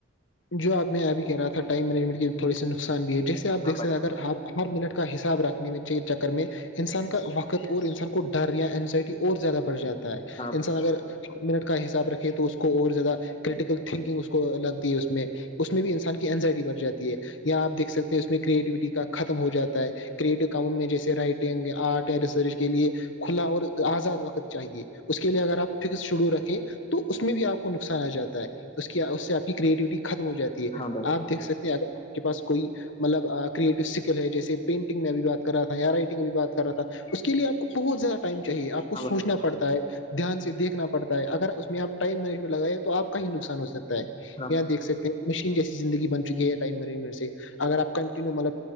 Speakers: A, on the left (about 80°); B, on the left (about 30°).
A: جو آپ نے ابھی کہہ رہا تھا ٹائم مینجمنٹ تھوڑی سا نقصان بھی ہے جیسے آپ دیکھ
B: ہاں
A: ستے
B: بھائی
A: ہیں اگر آپ ہر منٹ کا حساب رکھنے میں چکر میں انسان کا وقت اور انسان کو ڈر یا انینزائٹی اور زیادہ بڑھ جاتا ہے
B: ہاں
A: انسان اگر منٹ کا حساب رکھے تو اس کو اور زیادہ کرٹیکل تھنکنگ اس کو لگتی ہے اس میں اس میں بھی انسان کی انینزائٹی بڑ جاتی ہے یا آپ دیک سکتے ہیں اس میں کریٹیوٹی کا ختم ہو جاتا ہے کریٹو کاموں میں جیسے رائٹنگ آرٹ یا ریسرچ کے لیے کھلا اور آزاد وقت چاہیے اس کے لیے اگر آپ فکس شڈو رکھیں تو اس میں بھی آپ کو نقصان آ جاتا اس کی اس سے آپ کی کریٹیوٹی ختم ہو جاتی ہے
B: ہاں بھائی
A: آپ دیکھ سکتے ہیں اگر آپ کے پاس کوئی مطلب کریٹو سکل ہے جیسے پینٹنگ میں بھی بات کر رہا تھا یا رائٹنگ میں بھی بات کر رہا تھا اس کے لیے آپ کو بہت زیادہ ائم چاہیے آپ کو
B: ہاں بھائی
A: سوچنا پڑتا ہے دھیان سے دیکھنا پڑتا ہے اگر اس میں آ ٹائم مینجمنٹ لگائے تو آپ کا نقصان ہو سکتا ہے
B: ہاں
A: یااں دیک سکتے ہیں مشین جیسی زندگی بن چکی ہے ٹائم مری سے اگر آپ کنٹیو م